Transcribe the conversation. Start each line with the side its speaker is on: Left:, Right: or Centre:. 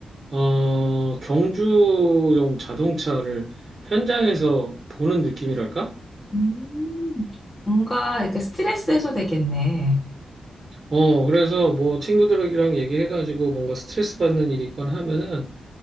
Right: 어 경주용 자동차를 현장에서 보는 느낌이랄까?
Left: 음, 뭔가 이렇게 스트레스 해소 되겠네.
Right: 어, 그래서 뭐 친구들이랑 얘기해가지고 뭔가 스트레스 받는 일이 있거나 하면은